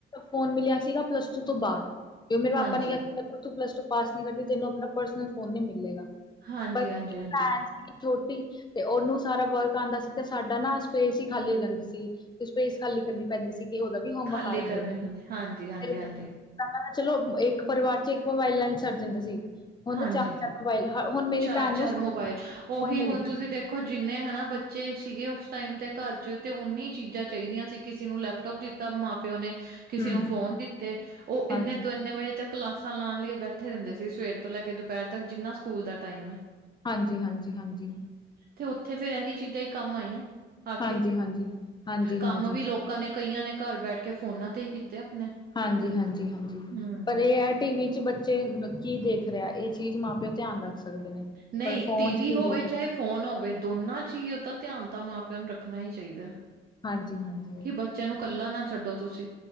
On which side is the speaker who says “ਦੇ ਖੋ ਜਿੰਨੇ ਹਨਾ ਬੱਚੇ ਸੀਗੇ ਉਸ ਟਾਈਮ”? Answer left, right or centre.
Right